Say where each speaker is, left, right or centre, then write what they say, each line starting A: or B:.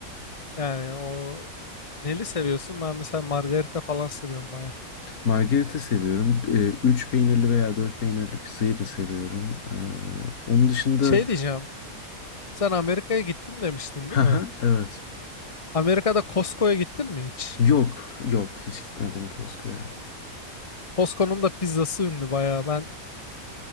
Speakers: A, on the left; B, on the left.
A: yani o neli seviyorsun? Ben mesela margarita falan seviyorum baya.
B: Margarita seviyorum. Ee, üç peynirli veya 4 peynirli pizzayı da seviyorum. Ee, onun dışında...
A: Şey diyeceğim. Sen Amerika'ya gittim demiştin
B: <laughs>
A: değil
B: Haha,
A: mi?
B: evet.
A: Amerika'da Costco'ya gittin mi hiç?
B: Yok, yok. Hiç gitmedim Costco'ya.
A: Costco'nun da pizzası ünlü bayağı. Ben